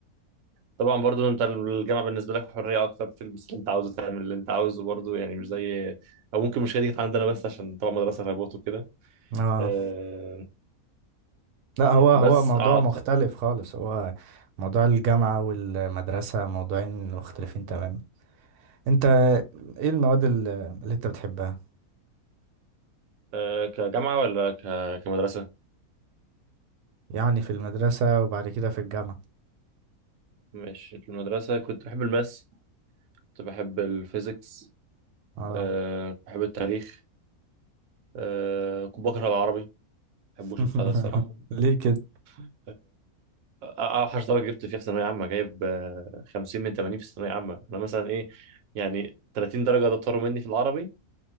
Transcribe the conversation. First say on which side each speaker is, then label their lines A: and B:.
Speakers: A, on the right (about 65°); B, on the right (about 85°).
A: طبعا برضو انت الجامعه بالنسبه لك حريه اكتر تلبس اللي انت عاوزه تعمل اللي انت عاوزه برضو يعني مش زي او ممكن مش هي دي كانت عندنا بس عشان طبعا مدرسه ريبوت وكده
B: اه
A: آه،
B: لا هو هو
A: بس
B: موضوع
A: أعط...
B: مختلف خالص هو موضوع الجامعة والمدرسة موضوعين مختلفين تماما انت ايه المواد ال- اللي انت بتحبها
A: آه، كجامعه ولا ك... كمدرسه
B: يعني في المدرسة وبعد كده في الجامعة
A: ماشي في المدرسه كنت بحب الماس كنت بحب الفيزيكس
B: اه
A: آه، كنت بحب التاريخ آه، كنت بكره العربي ما بحبوش
B: <laughs>
A: البتاع ده الصراحه
B: ليه كده
A: <laughs> اوحش درجه جبت فيها في ثانويه عامه جايب آه، 50 من 80 في الثانويه عامه انا مثلا ايه يعني 30 درجه ده طاروا مني في العربي